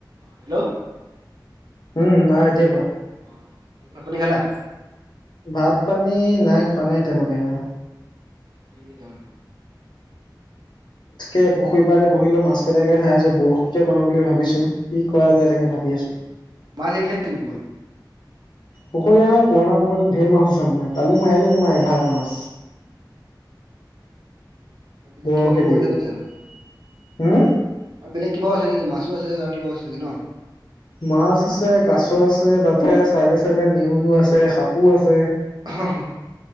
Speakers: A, on the right; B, on the left.
A: হেল্ল'
B: উম অ এতিয়া কোৱা
A: অ ভাত পানী খালা
B: ভাত পানী নাই খোৱা নাই এতিয়ালকে আৰু
A: দি আছে মানে
B: তাকে পুখুৰী পাৰতে বহিলো মাছ কেইটাকে চাই আছো বৰশীকে বাও বুলি ভাবিছো কি কৰা
A: অ
B: যায় তাকে
A: অ
B: ভাবি আছো
A: মাছ আহিছে নেকি পুখুৰীত
B: পুখুৰী অ পুৰণা পুখুৰীত ঢেৰ মাছ আছে মানে কালি মাৰিলে তোমাৰ এঘাৰটা মাছ
A: আৰু বেলেগ
B: বৰশী
A: কিবা কিবি
B: দি
A: কৰিছা নেকি
B: হম
A: আৰু আৰু বেলেগ কিবা আছে নেকি মাছো আছে আৰু কিবা আছে চাগে ন
B: মাছ আছে কাছ আছে তাতে চাইডে চাইডে নেউলো আছে সাপো আছে
A: হ হু